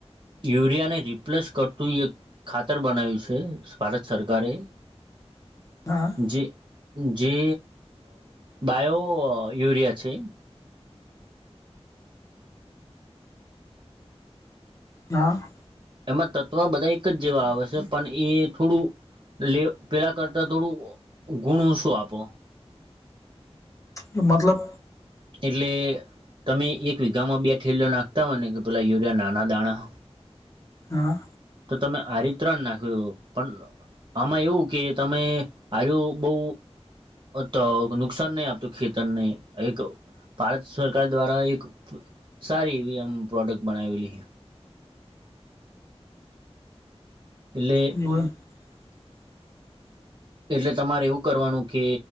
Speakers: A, on the right; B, on the left.
A: યુરિયાને રિપ્લેસ કરતું એક ખાતર બનાવ્યું છે, ભારત સરકારે.
B: હા.
A: જે જે બાયો યુરિયા છે.
B: હા.
A: એમાં તત્વ બધા એક જ જેવા આવે છે, પણ એ થોડું લે પેલા કરતા થોડું ગુણ ઓછું આપો.
B: કે મતલબ.
A: એટલે તમે એક વીઘામાં બે ઠેલો નાખતા હોય ને કે પેલાં યુરિયા નાના દાણા
B: હા
A: તો તમે આ રી ત્રણ નાખ્યું પણ આમાં એવું કે તમે આજુ બઉ તો નુકસાન નહી આપતું ખેતરને એક ભારત સરકાર દ્વારા એક સારી એવી આમ પ્રોડક્ટ બનાવેલી એટળે
B: એ <inaudible> <inaudible>
A: એટલે તમારે એવું કરવાનું કે